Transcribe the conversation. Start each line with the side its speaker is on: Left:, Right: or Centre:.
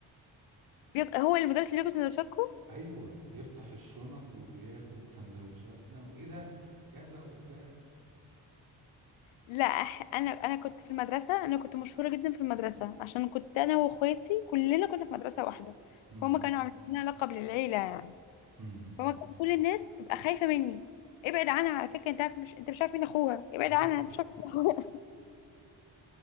Left: بيك... هو المدرس اللي بياكل سندوتشاتكو
Right: ايوه يفتح الشنط وياخد سندوتشاتنا وايه ده كذا وبتاع
Left: لا أح... انا انا كنت في المدرسه انا كنت مشهوره جدا في المدرسه عشان كنت انا واخواتي كلنا كنا في مدرسه واحده
Right: امم
Left: فهم كانوا عاملين لنا لقب للعيله يعني
Right: امم
Left: فهم كان كل الناس تبقى خايفه مني ابعد عنها على فكره انت عارف مش انت مش عارف مين اخوها ابعد
Right: أيوة.
Left: عنها انت مش عارف مين اخوها